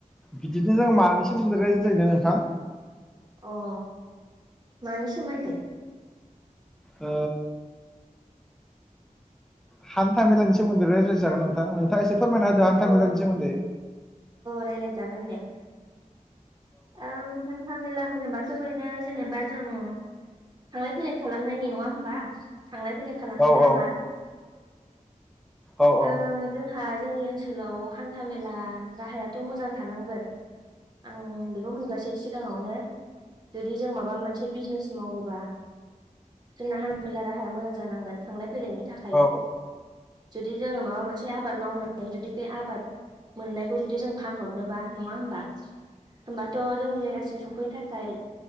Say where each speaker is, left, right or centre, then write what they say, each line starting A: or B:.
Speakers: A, in the centre; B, on the right.
A: बिदिनो जों मानि सोमोन्दैय रायज्लायनो नोंथां
B: अ मानि सोमोन्दोय
A: ओ हान्थामेलानि सोमोन्दैय रायलाय जागोन नोंथां नोंथाङा एसे फोरमायना होदों हान्था
B: अ
A: मेला नि सोमोन्दै
B: रायलायजागोन दे औ हान्था मेला होनोबाथ बेनो जेनेबा जों थांलाय फैलाय खालामनायनि नंङा होनबा थांलाय फैलाय खालामनाय
A: औ औ
B: लामा
A: औ औ
B: ओ जोंहा जोंनि ओनसोलाव हान्था मेला राहायाथ' मोजां थानांगोन आं बेखौ होनगोरसै सिगांङावनो जुदि जों माबा मोनसे बिजनेस मावोबा जोंना हान्था मेला राहाया मोजां जानांगोनांगोन थांलाय फैलायनायनि थाखाय
A: औ
B: जुदि जोंङो माबा मोनसे आबाद मावनानै जुदि बे आबाद मोननायखौ जुदि जों फानहरनोबा नंङा होमबा होमबाथ जोंनि जायगासिम सफैनो थाखाय